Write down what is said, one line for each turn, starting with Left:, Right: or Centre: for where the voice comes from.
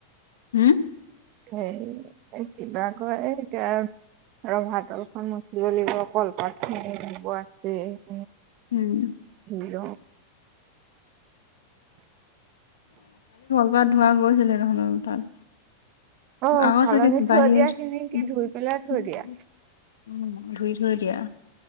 Left: হম।
Right: সেই কিবা কৰে কা ৰভাতল খন মুচিব লাগিব, কলপাতখিনি ধুব আছেই
Left: উম।
Right: ধুগৈ
Left: ধুৱা ধোৱা গৈছে যেনেধৰণৰ কথাত
Right: অ',
Left: আকৌ
Right: চালনী
Left: চাগে
Right: থৈ
Left: বাহিৰৰ
Right: দিয়া খিনি কি
Left: উম
Right: ধুই পেলাই থৈ দিয়া?
Left: ধুই থৈ দিয়া